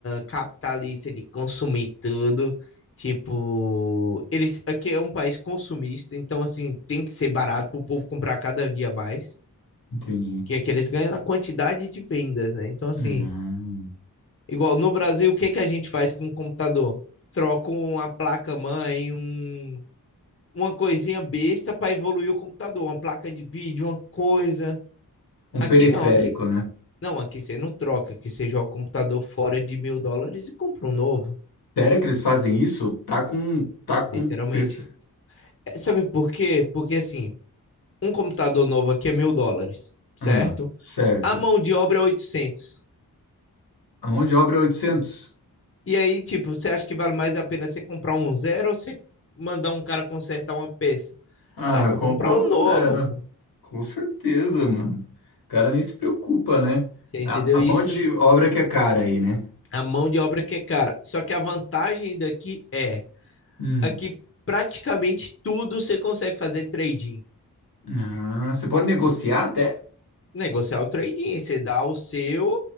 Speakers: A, on the left; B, on the left.
A: capitalista de consumir tudo. Tipo, eles aqui é um país consumista, então assim, tem que ser barato para o povo comprar cada dia mais,
B: Entendi.
A: que é que eles ganham na quantidade de vendas, né? Então assim,
B: Hum.
A: igual no Brasil, o que que a gente faz com o computador? Troca uma placa mãe, um, uma coisinha besta para evoluir o computador, uma placa de vídeo, uma coisa.
B: Um
A: Aqui
B: periférico,
A: não, aqui
B: né?
A: Não, aqui você não troca, aqui você joga o computador fora de mil dólares e compra um novo,
B: Sério que eles fazem isso? Tá com, tá com
A: literalmente.
B: peso.
A: É, Sabe por quê? Porque assim, um computador novo aqui é mil dólares, certo?
B: Ah, certo.
A: A mão de obra é 800.
B: A mão de obra é 800.
A: E aí, tipo, você acha que vale mais a pena você comprar um zero ou você mandar um cara consertar uma peça?
B: Ah,
A: Ah, vou
B: comprar
A: comprar um
B: um zero,
A: novo, pô.
B: Com certeza, mano. O cara nem se preocupa, né?
A: Você entendeu
B: A,
A: isso?
B: a de obra que é cara aí, né?
A: A mão de obra que é cara. Só que a vantagem daqui é,
B: Hum.
A: aqui praticamente tudo você consegue fazer trading.
B: Ah, você pode negociar até?
A: negociar o trading, você dá o seu